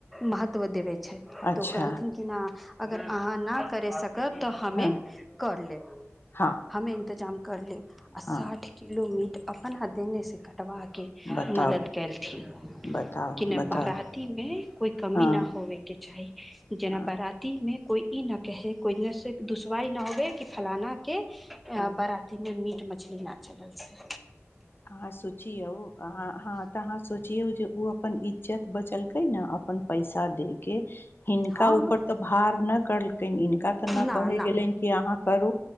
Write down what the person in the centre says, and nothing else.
महत्व देबे छै
तऽ ओ कहलथिन कि ना अगर अहाँ ना करि सक तऽ हमे
कर लेब
हमे इन्तजाम कर लेब आ साठि
किलो मीट अपना देनेसँ कटबाके
मदद केलथिन
कि नहि
बराती मे कोई कमी
नहि होवेके चाही जेना
बाराती मे कोई ई न कहे कोइने से दुशवारई न होबे कि फलाना के
बरातीमे मीट मछली नहि चलल छै
हँ
ना
ना